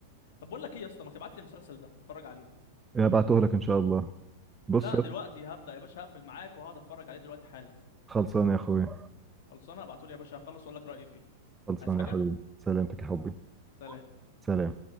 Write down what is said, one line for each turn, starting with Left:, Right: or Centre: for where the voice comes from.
Left: طب بقول لك ايه يا اسطى ما تبعت لي المسلسل ده اتفرج عليه
Right: هبعته لك ان شاء الله بص
Left: لا
Right: يا
Left: دلوقتي
Right: اسطى
Left: هبدأ يا باشا هقفل معاك وهقعد اتفرج عليه دلوقتي حالا
Right: خلصان يا اخويا
Left: خلصانه ابعتولي يا باشا هخلص واقول لك رأيي فيه
Right: خلصان
Left: عايز حاجة
Right: يا حبيبي سلامتك يا حبي
Left: سلام
Right: سلام